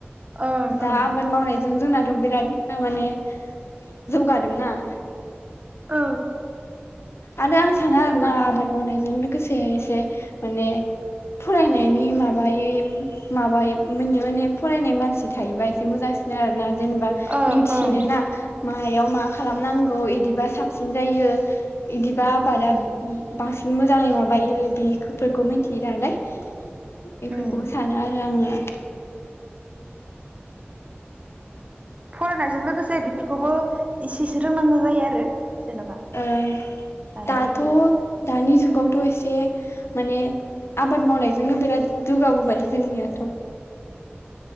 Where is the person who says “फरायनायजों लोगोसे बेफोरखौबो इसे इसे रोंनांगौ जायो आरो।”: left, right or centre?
Right